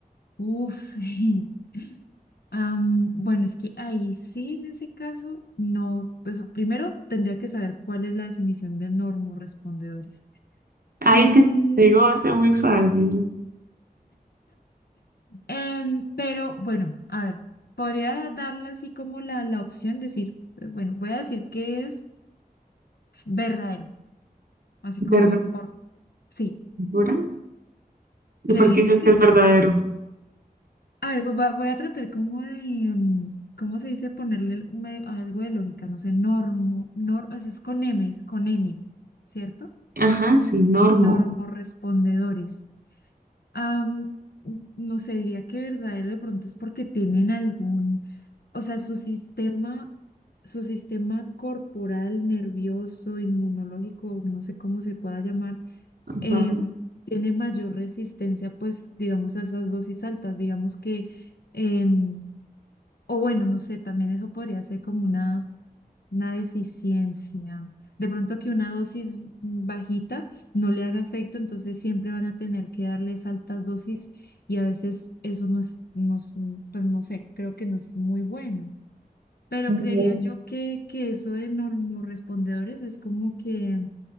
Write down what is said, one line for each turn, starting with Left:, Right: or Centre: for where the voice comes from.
Left: Uf. <laughs> am, bueno, es que ahí sí, en ese caso, no. Pues primero tendría que saber cuál es la definición de normorrespondedores.
Right: Ahí
Left: Mm,
Right: es que te digo, va a ser muy fácil.
Left: Em, pero bueno, a ver, podría darle así como la, la opción, decir, eh, bueno, voy a decir que es verdadero, así
Right: ¿Verdadero?
Left: como por, sí,
Right: ¿Segura? ¿Y
Left: creería
Right: por qué dices
Left: que
Right: que es
Left: sí.
Right: verdadero?
Left: A ver, voy a, voy a tratar como de, em, ¿cómo se dice? Ponerle un me- algo de lógica, no sé, normo, nor, o sea, es con M's, con N, ¿cierto?
Right: Ajá, sí, normo.
Left: Normorrespondedores. Am, no sé, diría que verdadero de pronto es porque tienen algún, o sea, su sistema, su sistema corporal, nervioso, inmunológico, no sé cómo se pueda llamar,
Right: Ajá.
Left: em, tiene mayor resistencia, pues, digamos, a esas dosis altas, digamos que, em, o bueno, no sé, también eso podría ser como una una deficiencia. De pronto que una dosis bajita no le haga efecto, entonces siempre van a tener que darles altas dosis y a veces eso no es, no es- pues no sé, creo que no es muy bueno. Pero
Right: Mm,
Left: creería yo que, que eso de normorrespondedores es como que